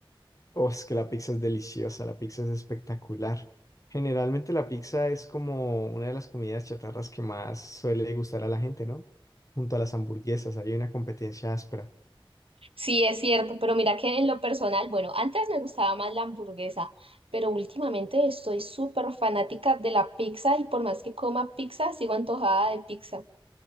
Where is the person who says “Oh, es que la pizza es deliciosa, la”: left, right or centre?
Left